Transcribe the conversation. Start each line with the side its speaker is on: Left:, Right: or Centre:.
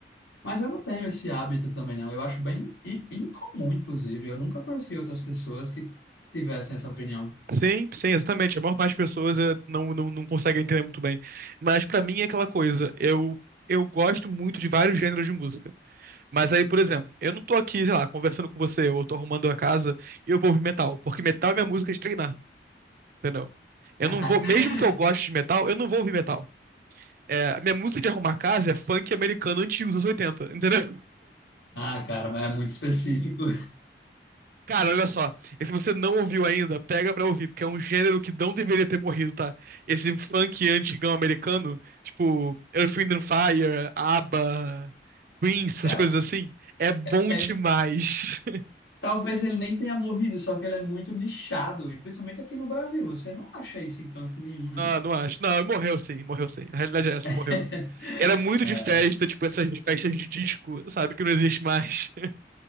Left: mas eu não tenho esse hábito também, não. Eu acho bem in- incomum, inclusive. Eu nunca conheci outras pessoas que tivessem essa opinião
Right: Sim, sim, exatamente. A maior parte das pessoas é, não, não, não consegue entender muito bem. Mas pra mim é aquela coisa. Eu, eu gosto muito de vários gêneros de música. Mas aí, por exemplo, eu não tô aqui, sei lá, conversando com você, ou tô arrumando a casa e eu vou ouvir metal. Porque metal é minha música de treinar, entendeu? Eu
Left: <laughs>
Right: não vou, mesmo que eu goste de metal, eu não vou ouvir metal. É, minha música de arrumar casa é funk americano antigo, dos anos oitenta entendeu?
Left: Ah, cara, mas é muito específico.
Right: Cara, olha só. E se você não ouviu ainda, pega pra ouvir, porque é um gênero que não deveria ter morrido, tá? Esse funk antigão americano, tipo Earth, Wind and Fire, ABBA, Prince, essas
Left: Cara,
Right: coisas assim, é bom
Left: é-
Right: demais. <laughs>
Left: talvez ele nem tenha morrido, só que ele é muito nichado, e principalmente aqui no Brasil. Você não acha isso em canto nenhum, né?
Right: Ah, não acho. Não, morreu sim, morreu sim. A realidade é essa,
Left: <laughs>
Right: morreu. Era muito
Left: É,
Right: de festa, tipo essas festas de disco, sabe? Que não existe mais. <laughs>